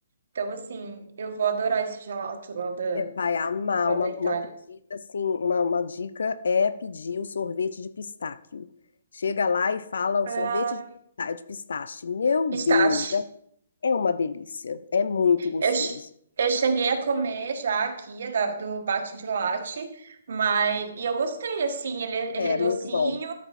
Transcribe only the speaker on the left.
Você vai amar
uma,
uma
pedida, assim, uma, uma dica é pedir o sorvete de pistáquio. Chega lá e fala o
sorvete de pistá- de pistache. Meu
Deus, é, é uma delícia. É muito gostoso.
É
muito bom.